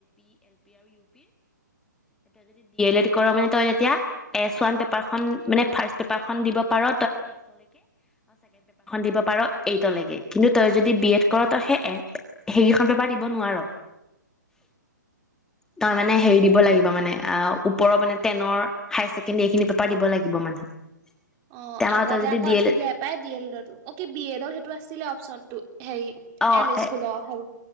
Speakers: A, in the centre; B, on the right.
A: এড কৰ
B: অ',
A: মানে তই যেতিয়া এছ ওৱান পেপাৰখন মানে ফাৰ্ষ পেপাৰখন দিব ইপাৰ দিব পাৰে কিন্তু তই যদি বিএড কৰ তইখন পেপাৰ দিব নোৱাৰ
B: অ'।
A: তই মানে হেৰি দিব লাগিব মানে অ ওপৰ ম েনৰ হছেকেণ্ডী এইখিনি পেপাৰ দিব লাগিব মানে
B: অ
A: তে আমাৰ
B: আগতে
A: তই যদি
B: আকৌ
A: ডি
B: আছিলে
A: এল
B: এপাই ডি এল এডো অ কি বি এডৰ সেইটো আছিলে অপশচন ত সেই
A: এড অ
B: এম এ সকুল হব